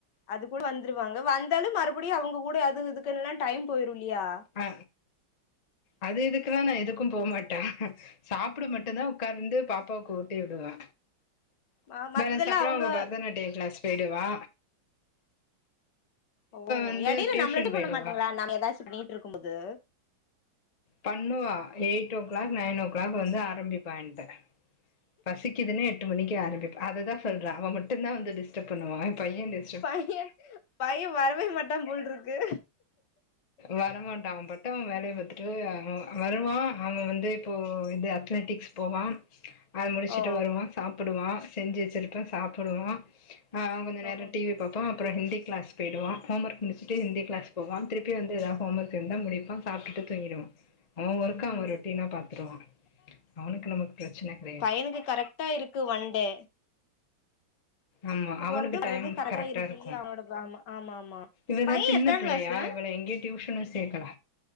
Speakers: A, on the left (about 65°); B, on the left (about 50°).
A: அது குள்ள வந்துருவாங்க வந்தாலு மறுபடியு அவங்க கூட அது இதுக்குல்லா டைம் போயிரு இல்லியா
B: அ அது இதுக்கெல்லா நா எதுக்கு போமாட்டே சாப்ட மட்டுதா உட்காந்து பாப்பாவுக்கு ஊட்டி விடுவே
A: ம மத்ததெல்லா
B: பேலன்ஸ் அப்றோ
A: அவங்க
B: பரதநாட்டிய கிளாஸ் போய்டுவா
A: ஓ
B: வந்து
A: இடைல
B: டியூஷன்
A: நம்மள இது
B: போயிடுவா
A: பண்ண மாட்டாங்களா நாம ஏதாச்சு பண்ணிட்டு இருக்கும் போது
B: பண்ணுவா eight o'clock nine o'clock வந்து ஆரம்பிப்பா என்ட்ட பசிக்குதுன்னு எட்டு மணிக்கு ஆரம்பிப்பா அததா சொல்றே அவ மட்டுந்தா வந்து டிஸ்டர்ப் பண்ணுவா என் பைய டிஸ்
A: பைய பைய வரவே மாட்டாம் போல இருக்கு
B: வரமாட்டா அவன் பாட்டு அவன் வேலைய பாத்துட்டு அவன் வருவா அவன் வந்து இப்போ இது அத்லட்டிக்ஸ் போவா அத முடிச்சுட்டு
A: ஓ
B: வருவா சாப்பிடுவா செஞ்சு வச்சிருப்பே சாப்பிடுவா கொஞ்ச
A: ஓ
B: நேர
A: ஓ
B: டிவி பாப்பான் அப்றோ ஹிந்தி கிளாஸ் போயிடுவா ஹோம் ஒர்க் முடிச்சுட்டு ஹிந்தி கிளாஸ் போவான் திருப்பி வந்து ஏதாவது ஹோம் ஒர்க் இருந்தா முடிப்பா சாப்பிட்டு தூங்கிடுவா அவன் ஒர்க ரொட்டினா பாத்துக்குவா அவனுக்கு நமக்கு பிரச்சன கிடையாது
A: எனக்கு கரெக்ட் கரெக்டாஇருக்கு ஒன்டே
B: ஆமா அவனுக்கு
A: போறது வர்றது
B: டைம் கரெக்டா இருக்கு
A: இல்லையா அவனோட ஆமா ஆமா ஆமா
B: இவதா
A: பையன்
B: சின்ன
A: எத்தன
B: பிள்ளையா
A: கிளாஸு
B: இவள எங்கையு டியூஷன்ல சேக்கல